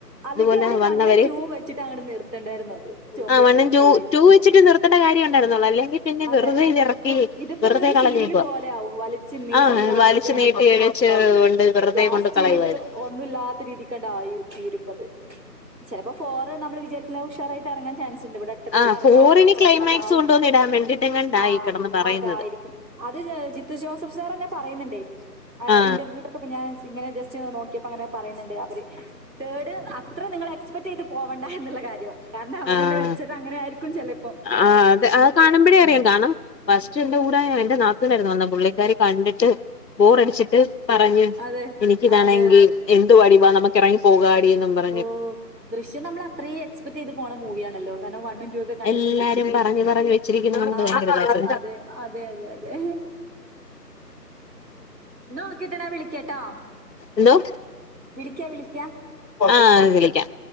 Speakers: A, on the right; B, on the left.
A: അല്ലെങ്കിൽ
B: ഇതുപോലെ
A: അവരെ വണ്ണും
B: വന്നവര്
A: ടുവും വെച്ചിട്ടങ്ങ- നിർത്തണ്ടായിരുന്നു അത് സ്റ്റോപ്പ്യ്യേണ്ടായിരുന്നു
B: ആ വണ്ണും ടു
A: ഫുൾ ആയിട്ട്
B: ടു വെച്ചിട്ട് നിർത്തേണ്ട കാര്യ ഉണ്ടായിരുന്നോള്ളു അല്ലെങ്കിൽ പിന്നെ
A: അതെ
B: വെറുതെ ഇറക്കി
A: ഇത് ഇതിപ്പോ
B: വെറുതെ
A: ഒരു
B: കളഞ്ഞേക്കുവാ
A: സീരിയല് പോലെ ആവും വലിച്ചു നീട്ടി
B: ആ
A: ആകെ
B: വലിച്ച് നീട്ടി എഴച്ച് കൊണ്ട് വെറുതെ
A: ലാസ്റ്റ്
B: കൊണ്ട് കളയുവായിരുന്നു
A: ഇങ്ങട്ട് ഒന്നുമില്ലാത്ത രീതിക്കണ്ട ആയി തീരുപ്പ് അത് ചിലപ്പോ ഫോറ് നമ്മളെ വിചാരിക്കാ ഉഷാറായിട്ട് ഇറങ്ങാൻ ചാൻസ് ണ്ട് ഇവ്ടടുത്തൊക്കെ
B: ആ
A: ഏറങ്ങോ
B: ഫോറിന്
A: ചെൽപ്പം
B: ക്ലൈമാക്സ്
A: അതാവും.
B: കൊണ്ടുവന്ന് ഇടാൻ വേണ്ടിട്ടെങ്ങാണ്ടാ
A: ആ
B: ഈ കിടന്ന് പറയുന്നത്
A: അതായിരിക്കും അത് ജിത്തു ജോസഫ് സാറന്നെ പറയ്ന്നുണ്ട്.
B: ആ
A: ഇന്റർവ്യൂക്കെ പ്പൊ ഞാൻ ഇങ്ങനെ ജസ്റ്റ് നോക്കിയപ്പോ അങ്ങനെ പറയുന്നുണ്ട് അവര്. തേഡ് അത്ര നിങ്ങൾ എക്സ്പെക്ട് ചെയ്ത് പോവണ്ട എന്നുള്ള കാര്യം. കാരണം അവരെന്നെ
B: ആ
A: വെച്ചത് അങ്ങനെ ആയിരിക്കും ചെലേപ്പൊ.
B: ആ അത് അത് കാണുമ്പോഴേ അറിയാം. കാണം ഫസ്റ്റ് എന്റെ കൂടെ എന്റെ ന ത്തൂനായിരുന്നു വന്ന പുള്ളിക്കാരി കണ്ടിട്ട് ബോറടിച്ചിട്ട് പറഞ്ഞ്
A: അതെ
B: എനിക്കിതാണെങ്കി
A: അതെ അതെ
B: എന്തുവാടീ ബാ നമുക്ക് എറങ്ങി പോകാടി ന്നും പർ
A: ഓഹ് ദൃശ്യം നമ്മള് അത്രയും എക്സ്പെക്റ്റെയ്ത് പോണ മൂവിയാണല്ലോ. കാരണം വൺ ടു ഒക്കെ കണ്ട
B: എല്ലാരും
A: സ്‌ഥിതിക്ക്.
B: പറഞ്ഞു പറഞ്ഞു വെച്ചിരിക്കുന്നത് കൊണ്ട്
A: ആഹ്
B: ഭയങ്കര
A: അതെ അതെ അതെ തെ. ഓക്കെട്ടാ ഞാൻ വിളിക്കാട്ടോ
B: എന്തോ
A: വിളിക്കാ വിളിക്കാ.
B: ആഹ് വിളിക്കാം.